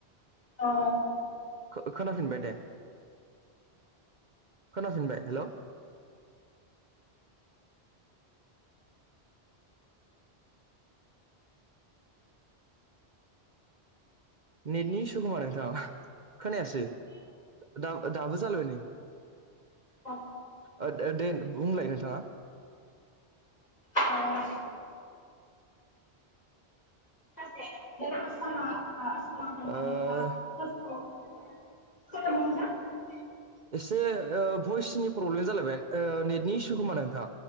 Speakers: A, on the left; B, on the right.
A: अ
B: खो खोनाफिनबाय दे। खोनाफिनबाय हेल' औ। नेतनि इसु खोमा नोंथां। खोनायासै दा दाबो जालायबाय नै
A: अ
B: ओ दो दे बुंलाय नोंथाङा।
A: औ। <unintelligible>
B: ओ
A: <unintelligible>
B: एसे भइसनि प्रब्लेम जालायबाय नेटनि इसु खोमा नोंथां।